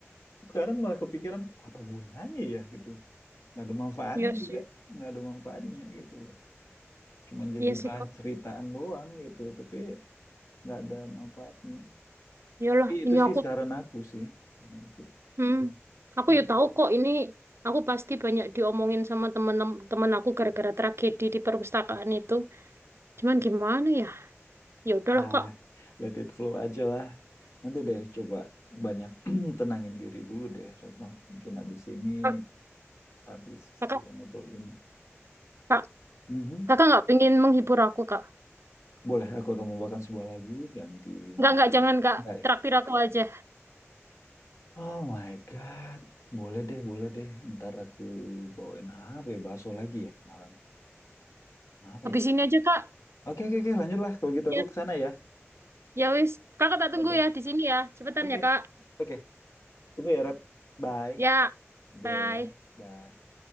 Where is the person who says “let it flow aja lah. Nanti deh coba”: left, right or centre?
Left